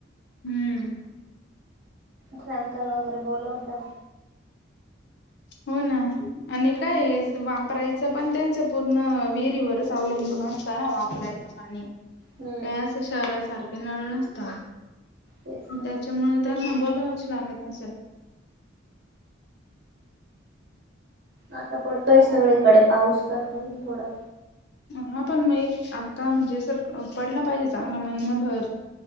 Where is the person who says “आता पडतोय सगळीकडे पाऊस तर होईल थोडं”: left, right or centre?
Right